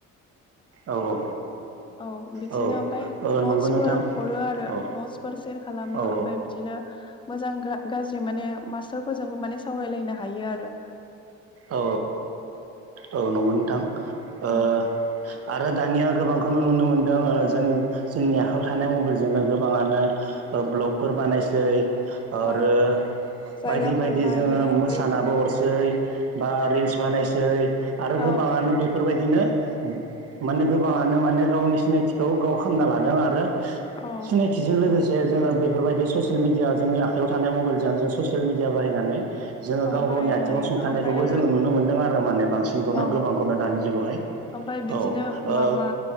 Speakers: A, on the right; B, on the left.
A: औ औ।
B: औ बिदिनो
A: औ
B: ओमफ्राय
A: ओ
B: नटसफोर
A: नंगौ नोंथां
B: हरो आरो
A: औ
B: नटसफोर सेर खालामो
A: औ
B: ओमफ्राय बिदि बिदिनो मोजां गाज्रि माने मास्टारफोरजोंबो माने सावरायलायनो हायो आरो।
A: औ औ नंगौ नोंथां। ओ
B: औ
A: आरो दानिया गोबांखौ नो नुनो मोनदों जों जोंनि आखायाव थानाय मबाइलजोंनो गोबाङानो ब्लगफोर बानायसै आरो
B: औ जायगाफोर
A: बायदि बायदि
B: नायो
A: जोङो
B: ओमफ्राय
A: मोसानाबो हरसै। बा रिल्स बानायसै, आरो
B: औ
A: गोबाङानो बेफोरबायदिनो माने गोबाङानो माने गावनि सिनायथिखौ गाव खालामना लादों आरो
B: औ
A: सिनायथिजों लोगोसे से जोङो बेफोरबायदि ससियेल मिडिया जोंनि आखाइायाव थानाय मबाइलजों जोङो ससियेल मिडिया बाहायनानै जोङो
B: औ
A: गाव
B: बाहायनो
A: गावनि आथिङाव
B: हायो
A: सुंखानायखौबो
B: ओमफ्राय आरो
A: जोङो नुनो मोनदों आरो माने बां सिनखौनो
B: औ
A: गोबांखौनो दानि जुगावहाय‌।
B: ओमफ्राय बिदिनो
A: औ
B: माबा
A: ओ